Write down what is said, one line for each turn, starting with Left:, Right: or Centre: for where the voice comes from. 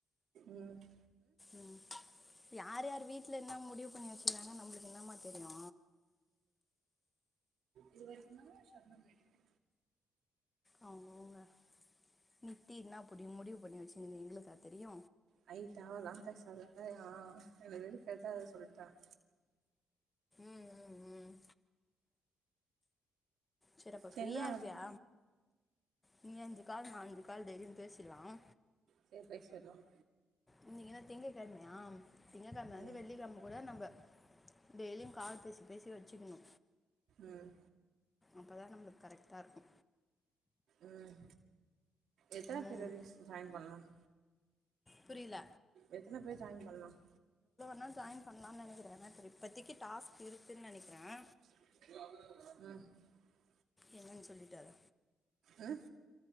Right: ம்ஹ்
Left: ம் யார் யார் வீட்ல என்ன முடிவு பண்ணி வச்சுக்கிறாங்க நம்மளுக்கு என்னமா தெரியு
Right: இது வரைக்குதாமா சொந்தம் வேண்டிருக்கு
Left: ஆங் போங்க நித்தி என்னாபுடிம் முடிவு பண்ணி வச்சிருந்தது எங்களுக்குகா தெரியு
Right: ஹைட்டா லாங்சைஸ் நோட்டு வேணும் என்ன வெறுப்பேத்தாத சொல்லிட்டேன்
Left: ம் ம் ம் சரி அப்ப
Right: செரின்னா
Left: ஃப்ரீயா இருப்பியா நீ அஞ்சு கால் நா அஞ்சு கால் டெய்லி பேசிடலாம்
Right: செரி பேசிடலாம்
Left: இன்னைக்கு என்ன திங்க கெழமையா திங்க கெழம வந்து
Right: ம்
Left: வெள்ளிக் கெழம கூட நம்ம டெய்லியும் கால் பேசி பேசி வச்சுக்கணு
Right: ம்
Left: அப்பதான் நம்மளுக்கு கரெக்டா இருக்கு
Right: ம் எத்துன
Left: ம்
Right: பிரியட்ஸ்க்கு ஜாய்ன் பண்ணணும்
Left: புரியல
Right: எத்துன பேர் ஜாய்ன் பண்ணணும்
Left: நான் ஜாய்ன்ட் பண்ணலான்னு நெனைக்கிறேன் ஆனா இப்பதைக்கு டாஸ்க் இருக்குனு நெனைக்கிறேன்
Right: இது வாங்குறதுக்கு காசு ம்
Left: என்னன்னு சொல்லிட்டாரு
Right: ம்